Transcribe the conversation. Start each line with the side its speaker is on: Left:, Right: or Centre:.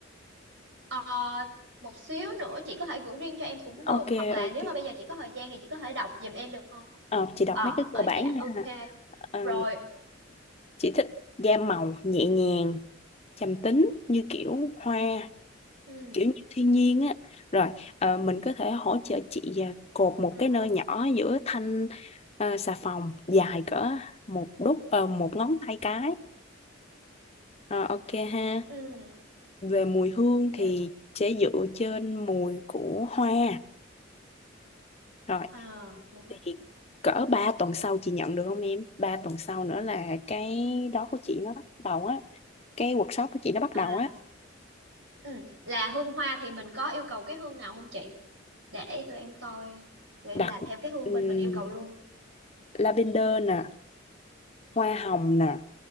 Right: Ờ, một xíu nữa chị có thể gửi riêng cho em cũng được
Left: Ok,
Right: hoặc là
Left: ok.
Right: nếu mà bây giờ chị có thời gian thì chị có thể đọc giùm em được không?
Left: Ờ, chị đọc
Right: Ờ,
Left: mấy cái
Right: ờ
Left: cơ bản
Right: dạ
Left: này
Right: ok
Left: ha. Ờ,
Right: rồi.
Left: chị thích gam màu nhẹ nhàng, trầm tính như kiểu hoa
Right: Ừ,
Left: kiểu như thiên nhiên á rồi ờ, mình có thể hỗ trợ chị à, cột một
Right: ờ,
Left: cái nơ nhỏ giữa thanh ờ, xà phòng dài cỡ một đúc ờ, một ngón tay cái Ờ, ok ha
Right: ừ,
Left: về mùi hương thì
Right: đẹp.
Left: sẽ dựa trên mùi của hoa rồi
Right: Ờ, đúng không?
Left: thì cỡ 3 tuần sau chị nhận được không em ba tuần sau nữa là cái đó của chị nó bắt đầu á cái workshop của chị nó bắt
Right: À,
Left: đầu á
Right: ừ. Là hương hoa thì mình có yêu cầu cái hương nào không chị? Để tụi em coi, tụi em
Left: đặt
Right: làm theo cái hương
Left: ừm,
Right: bên mình yêu cầu luôn.
Left: lavender nè hoa hồng nè